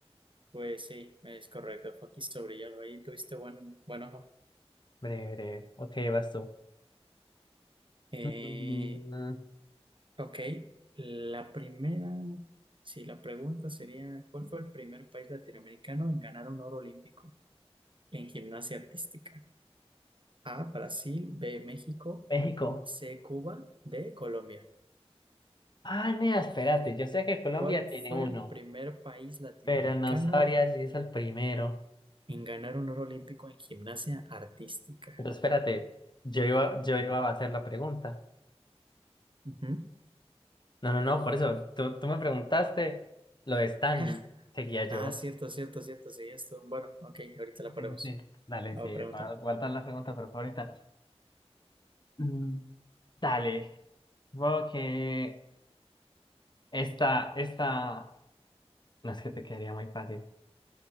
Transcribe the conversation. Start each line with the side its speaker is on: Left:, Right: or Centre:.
Right: Pues sí, es correcto. Fue Aquí sobre hielo. Ahí tuviste buen, buen ojo.
Left: Breve, breve. Ok, vas tú.
Right: Eh,
Left: Mm,
Right: ok, la primera, sí, la pregunta sería, ¿cuál fue el primer país latinoamericano en ganar un oro olímpico en gimnasia artística? A, Brasil, B, México,
Left: México.
Right: C, Cuba, D, Colombia.
Left: Ah, nea, espérate. Yo sé que Colombia
Right: ¿Cuál
Left: tiene
Right: fue
Left: uno.
Right: el primer país latinoamericano
Left: Pero no sabría si es el primero.
Right: en ganar un oro olímpico en gimnasia artística?
Left: Pero espérate, yo iba, yo iba a hacer la pregunta.
Right: Ujú.
Left: No, no, no, por eso, tú, tú me preguntaste lo de Stanley.
Right: <laughs>
Left: Seguía yo.
Right: Ah, cierto, cierto, cierto, sí, esto. Bueno, ok, ahorita la ponemos.
Left: Sí, sí, sí. Dale,
Right: Va,
Left: sí,
Right: pregunta.
Left: para guardar la pregunta, pero ahorita. Mm, Dale. Supongo que esta, esta, no es que te quedaría muy fácil.